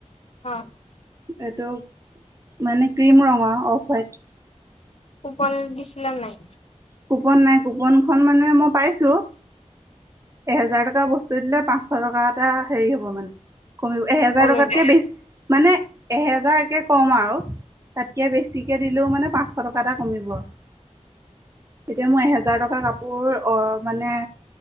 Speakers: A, on the left (about 55°); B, on the right (about 25°).
A: অ',
B: এইটো মানে ক্ৰীম ৰঙৰ অফ হোৱাইট।
A: কুপন দিছিলা নে নাই?
B: কুপন নাই কুপনখন মানে মই পাইছো এহেজাৰ টকাৰ বস্তু দিলে পাঁচশ টকা এটা হেৰি হ'ব মানে। কৰো, এহেজাৰ
A: কমিব
B: টকাতকে বেছি মানে এহেজাৰকে কম আৰু। তাতকে বেছিকে দিলেও মানে পাঁচশ টকা এটা কমিব। এতিয়া মই এহেজাৰ টকাৰ কাপোৰ অহ মানে